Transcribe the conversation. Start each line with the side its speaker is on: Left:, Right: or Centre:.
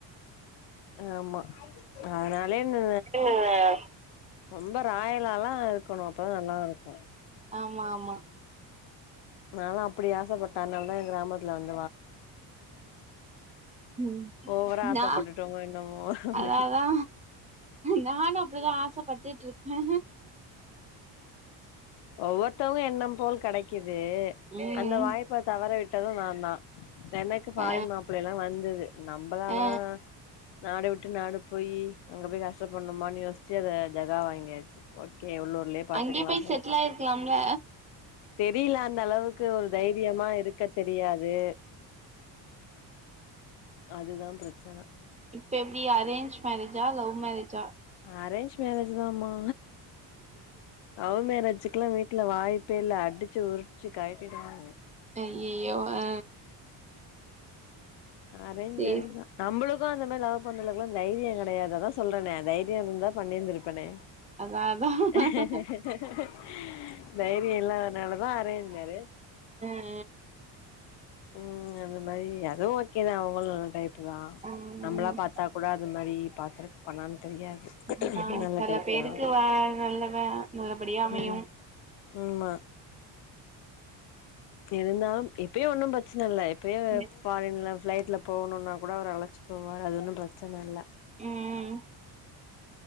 Left: ஆமா அதனாலே நா
Right: ம்
Left: ரொம்ப ராய ல்லா இருக்கணு அப்பதா நல்லாருக்கு
Right: ஆமா ஆமா
Left: நான்லா அப்டி ஆசைப்பட் அதனால்தா ஏ கிராமத்துல வந்
Right: ம்
Left: ஓவரா ஆசப்பட்டுட்டோமோ
Right: நா
Left: என்னமோ அப்டி
Right: அதாதா நானு அப்டிதா ஆசப்பட்டுட்ருக்கே
Left: ஒவ்வ வொருதங்க எண்ணம் போல் கெடைக்குது
Right: ம்
Left: அந்த வாய்ப்ப தவற விட்டது நாந்தா எனக்கு ஃபாரின்
Right: ஆ
Left: மாப்பிள்ளைலா வந்தது நம்மளாலதா
Right: ஆ
Left: நாடு விட்டு நாடு போய் அங்க போய் கஷ்டப்பண்ணுமான்னு யோசிச்சு அத ஜகா வாங்கியாச்சு ஓ கே உள்ளூர்லயே பாத்துக்கலாம்
Right: அங்கயே போய்
Left: போ
Right: செட்டில் ஆயிருக்கலாம்ல
Left: வெளீல அந்தளவுக்கு ஒரு தைரியமா இருக்கத் தெரியாது அதுதா ப்ரச்சன
Right: இப்ப எப்டி அரேன்ஞ்ச் மேரேஜா லௌ மேரேஜா
Left: அரேன்ஞ்ச் மேரேஜு தாம்மா லௌ மேரேஜுக்குல்லா வீட்ல வாய்ப்பே இல்ல அடிச் சி உருச்சி கயட்டிடுவாங்க
Right: ஐயையோ ஆ
Left: அரேன்ஞ்
Right: சேரி
Left: மேரேஜ் தா நம்பளுக்கு அந்த மாரி லௌ பண்றளவுக்குல்லா தைரியொ கடையாது அதா சொல்றனே தைரியொ இருந்தா பண்ணிருந்திருப்பனே
Right: அதா அதா
Left: ஹ தைரியொ இல்லாதனாலதா அரேண்ஞ் மேரே
Right: ஆ
Left: ம் அது மாரி அ அதுவு ஓகே தா அவுங்களு நல்ல டைப்பு தா
Right: ம்
Left: நம்பளா பாத்தாக் கூட அது மாரி பாத்துருக் பண்ண தெரியாது
Right: அதா
Left: நல்ல
Right: சில
Left: டைப்
Right: பேருக்கு
Left: தா
Right: வ நல்லவ நல்லபடியா அமையு
Left: ம் ஆமா இருந்தாலும் இப்பயு ஒன்னும் ப்ரச்சன இல்ல இப்பயு
Right: ம்
Left: ஃபாரின்ல ஃப்ளைட்ல போவணுன்னா கூட அவர் அழச்சிட் போவாரு அது ஒன்னும் ப்ரச்சன இல்ல
Right: ம்